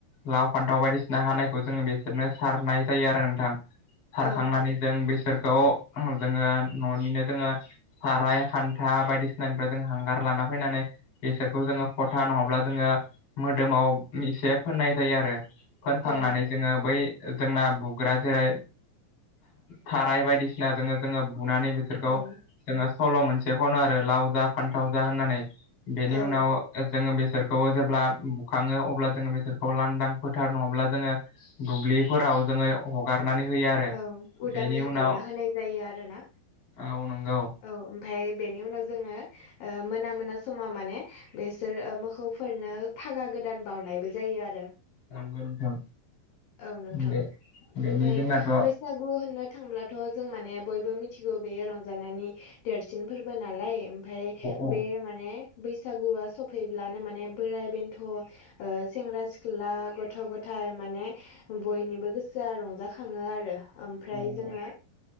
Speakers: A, on the left; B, on the left.
A: लाव फान्थाव बायदिसिना हानायखौ जोङो बिसोरनो सारनाय जायो आरो नोंथां
B: औ
A: सारखांनानै जों बिसोरखौ जोंङो न'निनो जोंङो साराय खान्था बायदिसिनानिफ्राय जों हांगार लाना फैनानै बेसोरखौ जोंङो खथा नंङाब्ला जोंङो मोदोमाव एसे फोननाय जायो आरो फोनखांनानै
B: औ
A: जोंङो बै जोंना बुग्रा जेरै थाराय बायदिसिनाजों जोंङो बुनानै बिसोरखौ
B: औ
A: जोंङो सल' मोनसे खनो आरो लाव जा फान्थाव जा होननानै बेनि
B: औ
A: उनाव जोंङो बेसोरखौ जेब्ला बुखाङो अब्ला जोंङो बेसोरखौ लांदां फोथार नंङाब्ला जोंङो दुब्लिफोराव जोंङो हगारनानै होयो आरो
B: औ उदाङै
A: बेनि
B: हगारना
A: उनाव
B: होनाय जायो आरोना
A: औ नंगौ
B: औ ओमफ्राय बेनि उनाव जोंङो ओ मोना मोना समाव माने बेसोर मोसौफोरनो फागा गोदान बावनायबो जायो आरो
A: नंगौ नोंथां
B: औ नोंथां
A: बे बेनि
B: ओमफाय
A: जोंनाथ' औ
B: बैसागु होननो थांब्लाथ' जों माने बयबो मिथिगौ बेयो रंजानि देरसिन फोरबो नालाय ओमफाय
A: औ
B: बे माने बैसागुआ सफैब्लानो माने बोराय बेन्थ' सेंग्रा सिख्ला गथ' गथायाइ माने बयनिबो गोसोआ रंजाखाङो आरो ओमफ्राय
A: नंगौ
B: जोङो